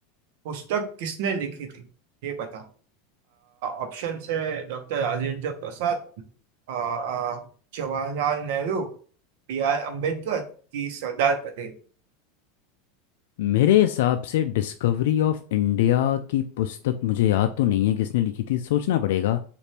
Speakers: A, on the right; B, on the left.
A: पुस्तक किसने लिखी थी ये बता ऑप्शन है डॉक्टर राजेंद्र प्रसाद आ, आ, जवाहरलाल नेहरू बी आर अम्बेडकर की सरदार पटेल
B: मेरे हिसाब से डिस्कवरी ऑफ इंडिया की पुस्तक मुझे याद तो नहीं है किसने लिखी थी सोचना पड़ेगा